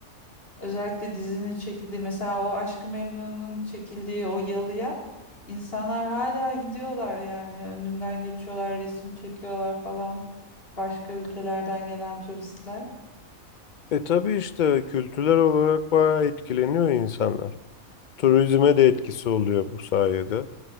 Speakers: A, on the left; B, on the left.
A: Özellikle dizinin çekildiği mesela o Aşk-ı Memnu'nun çekildiği o yalıya insanlar hala gidiyorlar yani önünden geçiyorlar resim çekiyorlar falan başka ülkelerden gelen turistler.
B: E tabii işte kültürel olarak bayağı etkileniyor insanlar. Turizme de etkisi oluyor bu sayede.